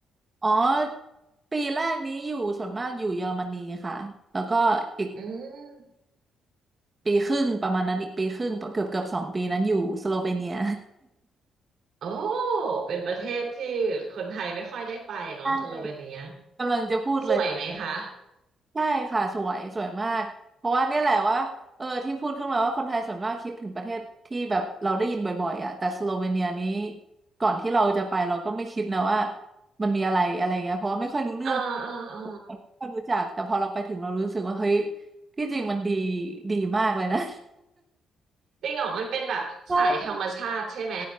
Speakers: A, on the right (about 25°); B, on the right (about 70°).
A: อ๋อปีแรกนี้อยู่ส่วนมากอยู่เยอรมนีค่ะแล้วก็อีก
B: อืม
A: ปีครึ่งประมาณนั้นอีกปีครึ่งเกือบเกือบสองปีนั้นอยู่สโลเวเนีย
B: โอ้เป็นประเทศที่คนไทยไม่ค่อยได้ไปเนาะสโลเวเนีย
A: <laughs> กำลังจะพูดเลย
B: สวยไหมคะ
A: ใช่ค่ะสวยสวยมากเพราะว่าเนี่ยแหละว่าเออที่พูดขึ้นมาว่าคนไทยส่วนมากคิดถึงประเทศที่แบบเราได้ยินบ่อยๆอ่ะแต่สโลเวเนียนี้ก่อนที่เราจะไปเราก็ไม่คิดนะว่ามันมีอะไรอะไรเงี้ยเพราะว่าไม่ค่อยรู้เรื่อง
B: เออเออเออ
A: ไม่ค่อยรู้จักแต่พอเราไปถึงเรารู้สึกว่าเฮ้ยที่จริงมันดีดีมากเลยนะ
B: จริงเหรอมันเป็นแบบสายธรรมชาติใช่ไหม
A: <laughs>